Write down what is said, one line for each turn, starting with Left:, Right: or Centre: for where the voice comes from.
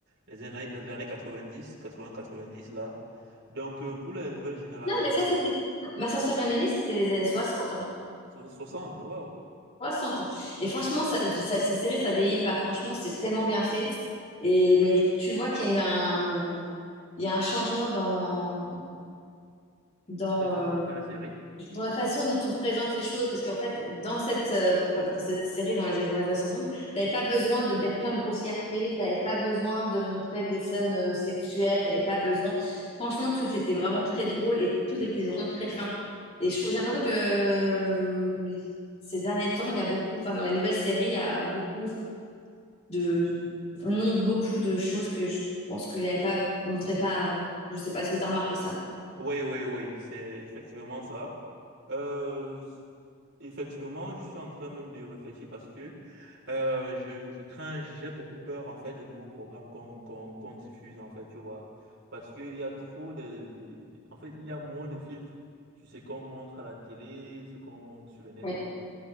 Right: les années, les années 90, 80, 90, là. Donc, euh, pour les nouvelles générations,
Left: Non, mais ça, c'était... Ma sorcière bien-aimée, c'était les années soixante hein,
Right: so- 60, waouh!
Left: 60. Et franchement, ça, ça- cette série, ça vieillit pas. Franchement, c'est tellement bien fait. Et, mais tu vois qu'il y a eu un... Il y a un changement dans, dans,
Right: La façon
Left: euh,
Right: de faire les séries.
Left: dans la façon dont on présente les choses, parce qu'en fait, dans cette, euh, dans cette série, dans les, années- dans les années 60, t'avais pas besoin de dire plein de grossièretés, t'avais pas besoin de montrer des scènes euh, sexuelles, t'avais pas besoin. Franchement, tout était vraiment très drôle et tout était vraiment très fin. Et je trouve, j'ai l'impression que euh, ces derniers temps, il y a beaucoup, enfin, dans les nouvelles séries, il y a beaucoup de, on montre beaucoup de choses que je pense qu'il y avait pas, qu'on montrait pas avant. Je sais pas, est-ce que t'as remarqué ça?
Right: Oui, oui, oui, c'est effectivement ça. Euh, effectivement, je suis en train même de réfléchir parce que euh, je, je crains, j'ai beaucoup peur en fait des nouveaux programmes qu'on qu'on qu'on diffuse en fait, tu vois. Parce qu'il y a trop de, de... En fait, il y a moins de filtres sur ce qu'on montre à la télé, ce qu'on montre sur le net
Left: Oui,
Right: et tout.